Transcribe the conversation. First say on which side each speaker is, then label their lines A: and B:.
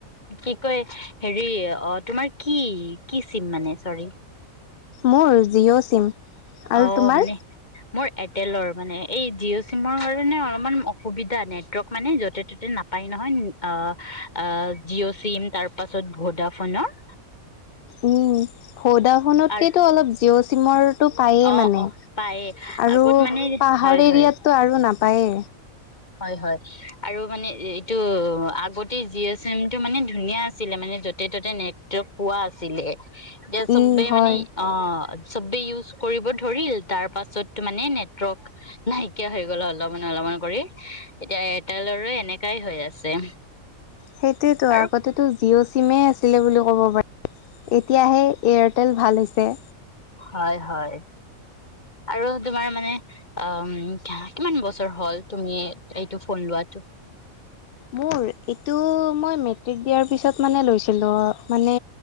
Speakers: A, on the left; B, on the left.
A: কি কয় হেৰি অ তোমাৰ কি? কি চিম মানে চৰি?
B: মোৰ জিঅ' চিম। আৰু
A: অ
B: তোমাৰ?
A: মানে মোৰ টেলৰ মানে এই জিঅ' চিমৰ কাৰণে অলপমান অসুবিধা নেটৱৰ্ক মানে য'তে ত'তে নাপায় নহয় অ' আহ জিঅ' চিম তাৰ পাছত ভোডা ফোনৰ।
B: উম ভোডাফোনতকেতো
A: আৰু
B: অলপ জিঅ' চিমৰটো পায়। এ
A: অ
B: মানে
A: অ
B: আৰু
A: পায়ে আগত মানে
B: পাহাৰ
A: হয়
B: এৰিয়াতটো
A: হয়
B: আৰু নাপ পায়
A: হয় হয় আৰু মানে এইটো আগতে জিঅ' চিমটো মানে ধুনীয়া আছিলে মানে য'তে ত'তে নেটৱৰ্ক পোৱা আছিলে। এতিয়া
B: উম
A: চবে
B: হয়।
A: মানে অ', চবে ইউজ কৰিব ধৰিল তাৰ পাছত মানে নেটৱৰ্ক নাইকিয়া হৈ গ'ল অলপমান অলপমান কৰি। এতিয়া এটা লৰা এনেকাই হৈ আছে
B: সেইটোয়েতো
A: আৰু
B: আগতেটো জিঅ' চিমে আছিলে বুলি ক'ব পাৰি এতিয়াহে এয়াৰটেল ভাল হৈছে।
A: হয় হয় আৰু তোমাৰ মানে অ কিমান বছৰ হ'ল তুমি এইটো ফোন লোৱাটো?
B: মোৰ টো মই মেট্ৰিক দিয়াৰ পিছত মানে লৈছিলো মানে